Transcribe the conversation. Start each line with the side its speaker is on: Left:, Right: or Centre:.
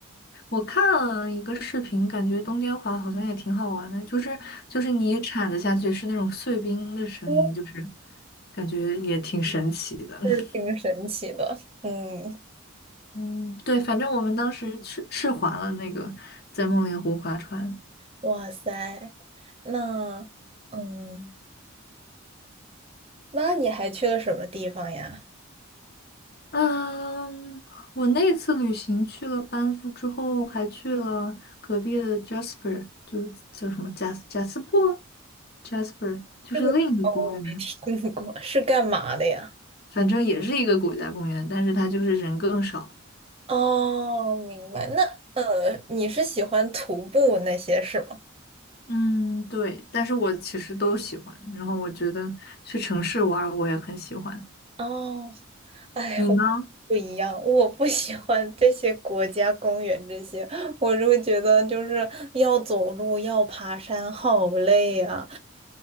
Left: 我看了一个视频，感觉冬天滑好像也挺好玩的，就是就是你铲子下去是那种碎冰的声音，
Right: <laughs>
Left: 就是感觉也挺神奇的。<laughs>
Right: 是挺神奇的，嗯，
Left: 嗯，对，反正我们当时是是划了那个在梦莲湖划船。
Right: 哇塞，那嗯，那你还去了什么地方呀？
Left: 嗯，我那次旅行去了班夫之后，还去了隔壁的 Jasper，就是叫什么贾斯贾斯珀 Jasper，就是另一个公园，
Right: 这个哦，我没听过，是干嘛的呀？
Left: 反正也是一个国家公园，但是它就是人更少。
Right: 哦，明白。那呃，你是喜欢徒步那些是吗？
Left: 嗯，对，但是我其实都喜欢，然后我觉得去城市玩儿我也很喜欢。
Right: 哦，哎，
Left: 你呢？
Right: 我不一样，我不喜欢这些国家公园这些，我就会觉得就是要走路，要爬山，好累啊。